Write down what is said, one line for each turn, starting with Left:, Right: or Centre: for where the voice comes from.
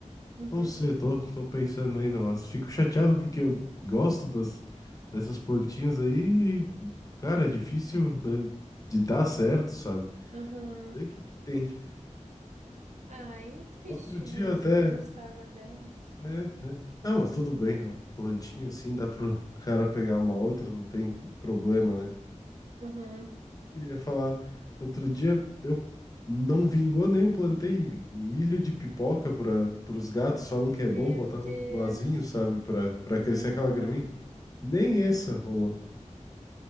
Right: uhum,
Left: Não sei, tô, tô pensando ainda, mas fico chateado porque eu gosto das, dessas plantinhas aí e, cara, é difícil da- de, dar certo, sabe?
Right: aham.
Left: Sei que, que tem.
Right: Ah, aí é triste,
Left: Outro dia
Right: né?
Left: até,
Right: Se tu gostava delas.
Left: né? é. Ah, mas tudo bem, ó, plantinha assim dá pro cara pegar uma outra, não tem problema, né?
Right: Aham.
Left: Eu ia falar, outro dia eu não vingou nem eu plantei milho de pipoca para os gatos, falam que é
Right: Meu
Left: bom botar
Right: Deus.
Left: no vasinho, sabe, para para
Right: E
Left: crescer
Right: não
Left: aquela
Right: rolou.
Left: graminha. Nem essa rolou.